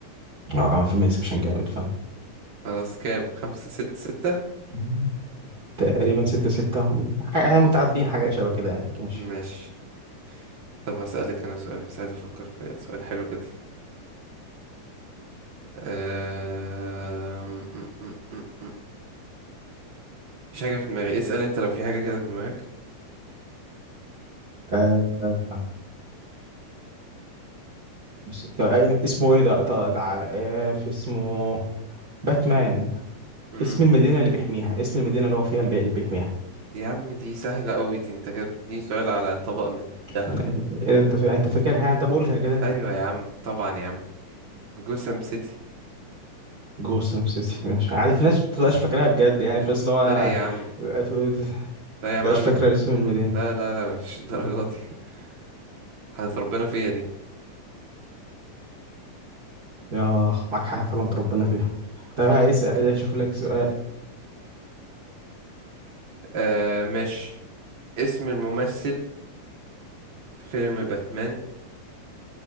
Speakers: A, on the right (about 45°); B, on the right (about 60°).
A: اه فيلم انسبشن جامد
B: خلاص كام خمسة ست ستة
A: فعلا تقريبا ستة ستة احنا متعادلين حاجة شبه كده يعني ماشي
B: ماشي طب هسألك انا سؤال بس عايز افكر في سؤال حلو كده أم... م- م- م- م. مفيش حاجة في دماغي اسأل انت لو في حاجة كده في دماغك
A: آه. آه. بس- طب أي- اسمه ايه ده طب تعالى ايه في اسمه باتمان
B: مم.
A: اسم المدينة اللي بيحميها اسم المدينة اللي هو فيها البيئة اللي بيحميها
B: يا عم دي سهلة قوي دي انت كده بتديني سؤال على طبق من ذهب
A: يعني إيه انت فا... انت فاكرها انت بقولها كده
B: ايوه يا عم طبعا يا عم جوسم سيتي
A: جوسم سيتي ماشي عادي في ناس ما بتبقاش فاكراها بجد يعني في ناس اللي هو
B: لا يا عم
A: مبتبقاش
B: لا يا عم أنا
A: فاكرة
B: بت...
A: اسم المدينة
B: لا لا لا مش الدرجات دي <laughs> هتربنا فيها دي
A: يا معاك حق فعلا ربنا فيها طب
B: طب
A: هسأل
B: س-
A: اشوف لك سؤال
B: آه ماشي اسم الممثل فيلم باتمان